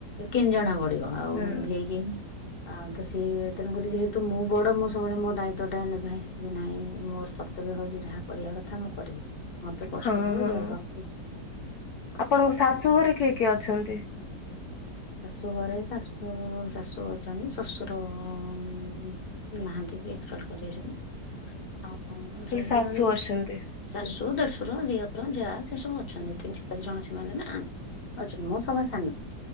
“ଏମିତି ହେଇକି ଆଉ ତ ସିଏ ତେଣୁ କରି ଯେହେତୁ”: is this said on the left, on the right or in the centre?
Left